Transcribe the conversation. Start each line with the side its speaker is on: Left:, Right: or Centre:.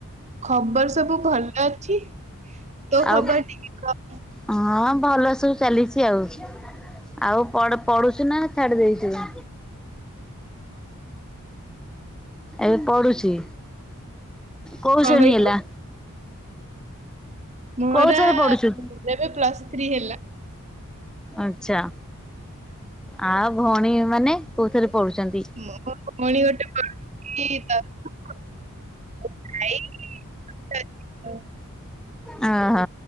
Right: ଖବର ସବୁ ଭଲ ଛି। ତୋ
Centre: ଆଉ
Right: ଖବର ଟିକେ କହ।
Centre: ହଁ ଭଲ ସବୁ ଚାଲିଛି ଆଉ ଆଉ ପଢୁଚୁ ନା ଛାଡି ଦେଇଚୁ। <inaudible> ଏବେ ପଢୁଚି। କୋଉ
Right: କଣ
Centre: ଶ୍ରେଣୀ
Right: କହିଲୁ?
Centre: ହେଲା।
Right: ମୋର
Centre: କୋଉଥରେ ପଢୁଛୁ
Right: ଏବେ ପ୍ଲସ୍ ଥ୍ରୀ ହେଲା।
Centre: ଆଚ୍ଛା। ଆଉ ଭଉଣୀ ମାନେ। କୋଉଥରେ ପଢୁଛନ୍ତି
Right: <inaudible> ମୋ ଭଉଣୀ ଗୋଟେ ପଢ଼ୁଚି ଦଶମ ଭାଇ <unintelligible>
Centre: ଓ ହୋ